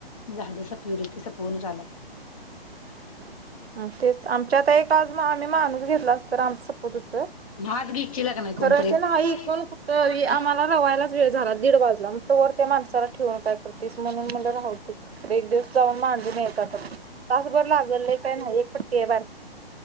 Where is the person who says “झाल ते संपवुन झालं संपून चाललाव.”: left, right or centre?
Left